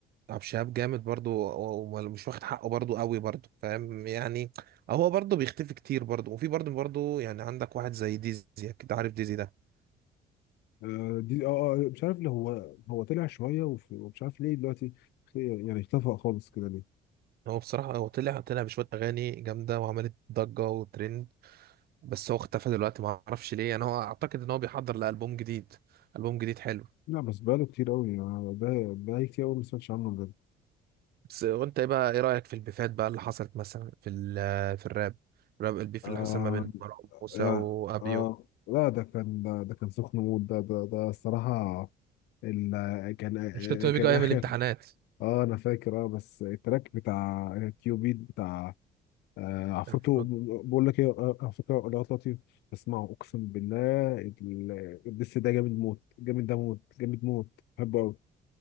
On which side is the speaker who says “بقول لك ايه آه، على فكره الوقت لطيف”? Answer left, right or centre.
Left